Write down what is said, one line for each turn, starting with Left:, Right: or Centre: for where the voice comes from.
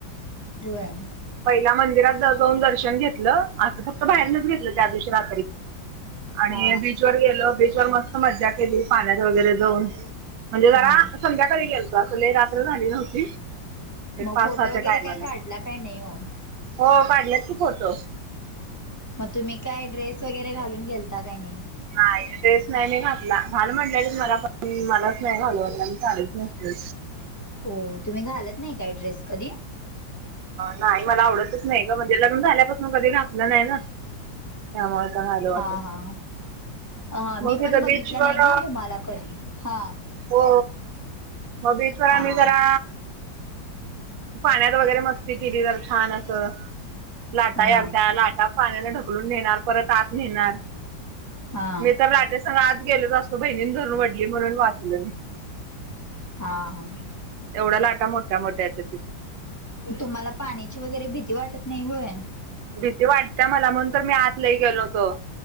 Left: वय
Right: पहिला मंदिरात जाऊन दर्शन घेतलं असं फक्त बाहेरनच घेतलं त्या दिवशीा आणि
Left: का
Right: बीच व गेल बीच वर मस्त मज्जा केली पाण्यात वगैरे जाऊन म्हणजे जरा
Left: हा
Right: संध्याकाळी गेलचो असले रात्र झाली नव्हती एक
Left: मग
Right: पाच
Left: फोटो
Right: सहाच्या
Left: वगैरे
Right: टायमाला
Left: काही काढला काय नाही हो
Right: हो काढलंप होतो
Left: मग तुम्ही काय ड्रेस वगैरे घालून घेलता काय नाही
Right: नाही तेच नाही मी घातला घाल म्हटल्या मला पण मलाच नाही घाल वाटलं लेूच नसते
Left: हो तुम्ही घालत नाही काही ड्रेस कधी
Right: नाही मला आवडतच नाही का म्हणजे लग्न झाल्यापासून कधी घातलं नाही ना त्यामुळे तर घालू वाटत
Left: हा
Right: नाही.
Left: हा हा मी
Right: मग तिथं
Left: पण बघितलं
Right: बीचवर
Left: नाही ना तुम्हाला कधी हा
Right: हो मग बीशवर्
Left: हा
Right: जरा पाण्यात वगैरे मस्ती केली तर छान अस लाटा
Left: हा
Right: याच्या लाटा पाण्याने ढकलून नेणार परत आत नेणार
Left: हा
Right: मी तर लाटेसंग आत गेलोच असतो बहिणीनं धरून वडली म्हणून वाचल मी
Left: हां
Right: एवढ्या लाटा मोठ्या मोठ्या आहेत
Left: तुम्हाला पाण्याची वगैरे भीती वाटत नाही होय
Right: भीती वाटते मला म्हणून तर मी आत लही गेलो होतो